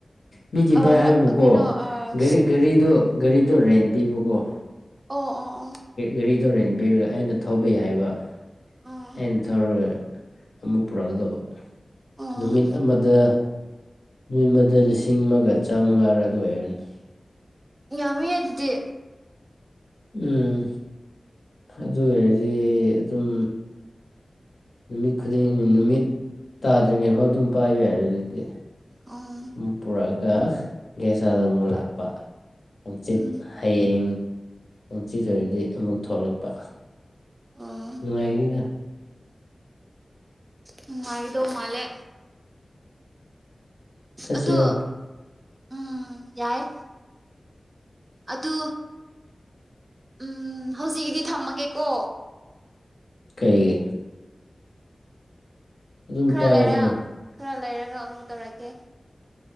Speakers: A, on the left; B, on the right.
A: ꯃꯤꯒꯤ
B: ꯑ
A: ꯕꯥꯏꯛ ꯍꯥꯏꯕꯀꯣ
B: ꯀꯩꯅꯣ ꯑ
A: ꯒꯥꯔꯤ ꯒꯥꯔꯤꯗꯣ ꯒꯥꯔꯤꯗꯣ ꯔꯦꯟ ꯄꯤꯕꯀꯣ
B: ꯑꯣ ꯑꯣ ꯑꯣ
A: ꯒꯥꯔꯤꯗꯣ ꯔꯦꯟ ꯄꯤꯔꯒ ꯑꯩꯅ ꯊꯧꯕ ꯌꯥꯏꯕ
B: ꯑꯣ
A: ꯑꯩꯅ ꯊꯧꯔꯒꯥ ꯑꯃꯨꯛ ꯄꯨꯔꯛꯀꯗꯧꯕ
B: ꯑꯣ
A: ꯅꯨꯃꯤꯠ ꯑꯃꯗ ꯅꯨꯃꯤꯠ ꯑꯃꯗ ꯂꯤꯁꯤꯡ ꯑꯃꯒ ꯆꯥꯝꯃꯉꯥꯔ ꯑꯗꯨ ꯑꯣꯏꯔꯝꯅꯤ
B: ꯌꯥꯝꯃꯤꯍꯦ ꯑꯗꯨꯗꯤ
A: ꯎꯝ ꯑꯗꯨ ꯑꯣꯏꯔꯗꯤ ꯑꯗꯨꯝ ꯅꯨꯃꯤꯠ ꯈꯨꯗꯤꯡ ꯅꯨꯃꯤꯠ ꯇꯥꯗ꯭ꯔꯤꯉꯩꯐꯥꯎ ꯑꯗꯨꯝ ꯄꯥꯏꯕ ꯌꯥꯔꯦ ꯑꯗꯨꯗꯤ
B: ꯑꯣ
A: ꯑꯃꯨꯛ ꯄꯨꯔꯛꯑꯒ ꯒꯦꯁ ꯍꯥꯎꯁꯇ ꯑꯃꯨꯛ ꯂꯥꯛꯄ ꯍꯪꯆꯤꯠ
B: ꯎꯝ
A: ꯍꯌꯦꯡ ꯍꯪꯆꯤꯠ ꯑꯣꯏꯔꯗꯤ ꯑꯃꯨꯛ ꯊꯣꯛꯂꯛꯄ
B: ꯑꯣ
A: ꯅꯨꯡꯉꯥꯏꯒꯅꯤꯗ
B: ꯅꯨꯡꯉꯥꯏꯗꯧ ꯃꯥꯜꯂꯦ
A: ꯆꯠꯁꯤꯔꯣ
B: ꯑꯗꯣ ꯎꯝ ꯌꯥꯏ ꯑꯗꯨ ꯎꯝ ꯍꯧꯖꯤꯛꯀꯤꯗꯤ ꯊꯝꯃꯒꯦꯀꯣ
A: ꯀꯩꯒꯤ ꯑꯗꯨꯝ
B: ꯈꯔ
A: ꯄꯥꯏꯌꯨꯗꯅ
B: ꯂꯩꯔ ꯈꯔ ꯂꯩꯔꯒ ꯑꯃꯨꯛ ꯇꯧꯔꯛꯀꯦ